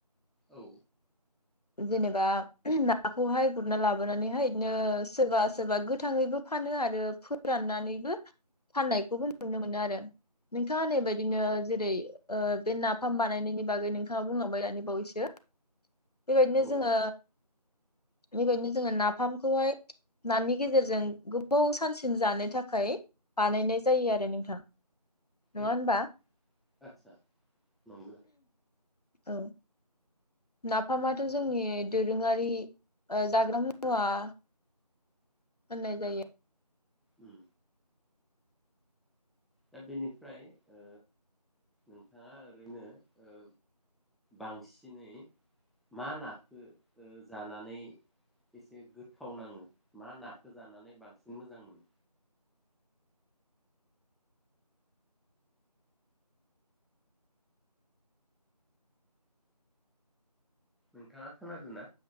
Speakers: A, in the centre; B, on the left.
A: औ।
B: जेनेबा नाखौहाय गुरना लाबोनानैहाय बिदिनो सोरबा सोरबा गोथाङैबो फानो आरो फोराननानैबो फाननायखौबो नुनो मोनो आरो नोंथाङा होननाय बायदिनो
A: औ
B: जेरै ओ बे नाफाम बानायनायनि बागै नोंथाङा बुंलांबाय दानि बावैसो बेबायदिनो
A: औ
B: जोङो बेबायदिनो जोङो नाफामखौहाय नानि गेजेरजों गोबाव सानसिन जानो थाखाय बानायनाय जायो आरो नोंथां। नङा
A: उम
B: होनबा।
A: उम आदसा नंगौ
B: औ। नाफामाथ' जोंनि दोरोङारि ओ जाग्रा मुवा होननाय जायो।
A: उम दा बेनिफ्राय ओ नोंथाङा ओरैनो ओ बांसिनै मा नाखौ ओ जानानै एसे गोथाव नाङो मा नाखौ जानानै बांसिन मोजां मोनो? नोंथाङा खोनादों ना?